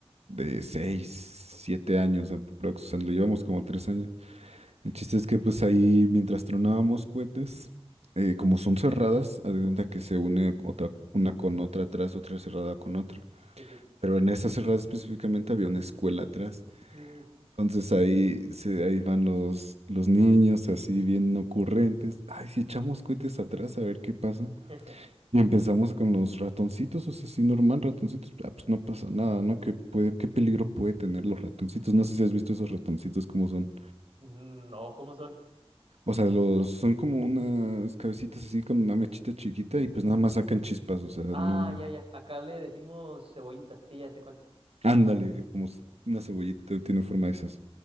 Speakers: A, on the right; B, on the right.
A: de seis, siete años aproximadamente, o sea, lo llevamos como tres años. El chiste es que pues ahí mientras tronábamos cohetes, eh, como son cerradas, haz de cuenta que se une otra, una con otra atrás, otra cerrada con otra.
B: sí, sí.
A: Pero en esa cerrada específicamente había una escuela atrás.
B: Uh.
A: Entonces ahí, se, ahí van los, los niños así bien ocurrentes. Ay, si echamos cohetes atrás a ver qué pasa.
B: <laughs>
A: Y empezamos con los ratoncitos, o sea, así normal, ratoncitos. Ah, pues no pasa nada, ¿no? ¿Qué puede, qué peligro puede tener los ratoncitos? No sé si has visto esos ratoncitos, cómo son.
B: No, ¿cómo son?
A: O sea, los, son como unas cabecitas así con una mechita chiquita y pues nada más sacan chispas, o sea,
B: Ah,
A: no,
B: ya, ya, acá le decimos cebollitas, sí, ya sé cuál.
A: ándale, como s- una cebollita tiene forma de esas.